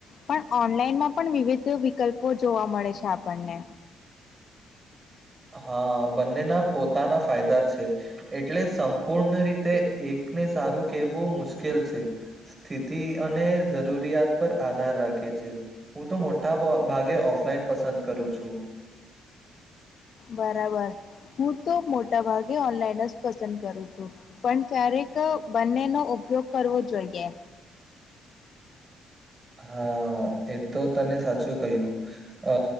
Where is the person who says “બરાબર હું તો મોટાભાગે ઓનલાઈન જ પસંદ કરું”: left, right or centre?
Left